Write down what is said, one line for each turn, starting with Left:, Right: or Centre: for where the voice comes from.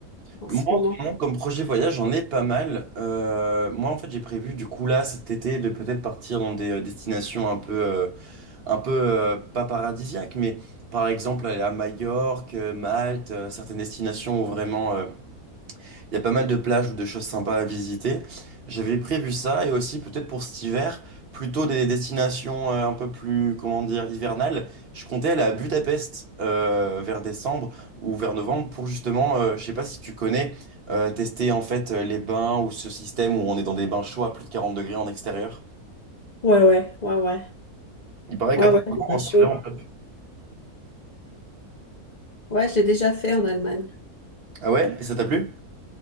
Left: en
Right: Moi
Left: ce
Right: en
Left: moment?
Right: ce moment, comme projet voyage, j'en ai pas mal. Euh, moi en fait j'ai prévu du coup là cet été de peut-être partir dans des euh, destinations un peu, euh, un peu euh, pas paradisiaques, mais par exemple aller à Majorque, euh, Malte, euh, certaines destinations où vraiment... euh, Il y a pas mal de plages ou de choses sympas à visiter. J'avais prévu ça et aussi peut-être pour cet hiver, plutôt des destinations euh, un peu plus, comment dire, hivernales. Je comptais aller à Budapest euh, vers décembre ou vers novembre pour justement, euh, je sais pas si tu connais, euh, tester en fait euh, les bains ou ce système où on est dans des bains chauds à plus de 40 degrés en extérieur.
Left: Ouais ouais ouais ouais
Right: Il paraît
Left: ouais
Right: qu'apparemment,
Left: ouais c'est pas
Right: c'est
Left: chaud.
Right: vraiment top.
Left: Ouais, j'ai déjà fait en Allemagne.
Right: Ah ouais? Et ça t'a plu?